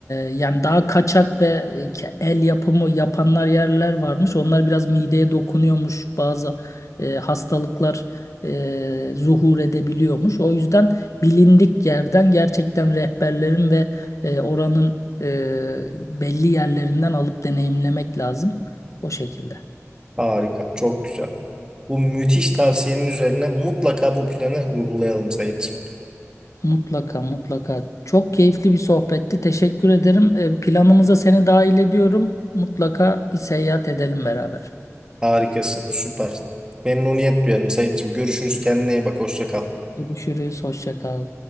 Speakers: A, on the left; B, on the right.
A: yani daha kaçak ve e, ke- el yapımı yapanlar yerler varmış. Onlar biraz mideye dokunuyormuş. Bazı e, hastalıklar e, zuhur edebiliyormuş. O yüzden bilindik yerden gerçekten rehberlerin ve e, oranın e, belli yerlerinden alıp deneyimlemek lazım. O şekilde.
B: Harika, çok güzel. Bu müthiş tavsiyenin üzerine mutlaka bu planı uygulayalım Saitçiğim.
A: Mutlaka mutlaka. Çok keyifli bir sohbetti. Teşekkür ederim. E, planımıza seni dahil ediyorum. Mutlaka bir seyahat edelim beraber.
B: Harikasın, süper. Memnuniyet duyarım Saitçiğim. Görüşürüz, kendine iyi bak, hoşça kal.
A: Görüşürüz. Hoşça kal.